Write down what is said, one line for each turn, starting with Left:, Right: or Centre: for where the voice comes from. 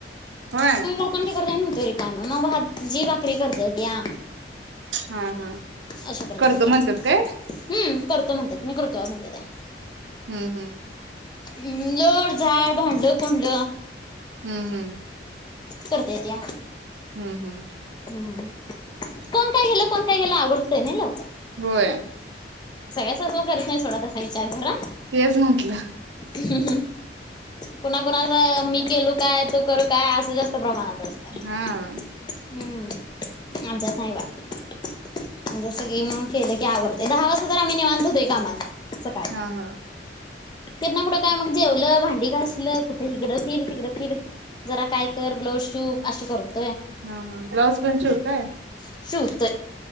Right: होय
Left: आपण त करडे जाय नवतरी भाजी भाकरी करत्या ता
Right: हा हा
Left: अशा करत्या
Right: करतो म्हणत्यात
Left: ता
Right: काय
Left: हम्म करतो म्हणतात मी करतोय म्हणत त्या,
Right: हम्म हम्म
Left: हम् लोट झाड भांड कुंड
Right: हम्म हम्म
Left: करत्या त्या
Right: हम्म हम्म
Left: हम्म कोण काय गेलं कोण काय गेलं आवडतंय नाही लवकर.
Right: होय
Left: सगळ्या ससवा करत नाही सोडा तसा विचार करा.
Right: तेच म्हंटलं!
Left: ह कुणा कुणाचा मी केलू काय तू करू काय असं जास्त प्रमाणात. असतंय.
Right: हा
Left: हम्म आमच्या नाही बा जसं गेम केलं. की आवरतंय दहा वाजता तर आम्ही निवांत होतोय कामातन सकाळी
Right: हा हा
Left: तिथं पुढं काय मग. मग जेवलं भांडी घासल कुठे हिगडं फिर तिकडं फिर जरा काय कर ब्लाऊज शिव अशी करतो.
Right: हा हा ब्लाउज पण शिवताय.
Left: शिवतोय.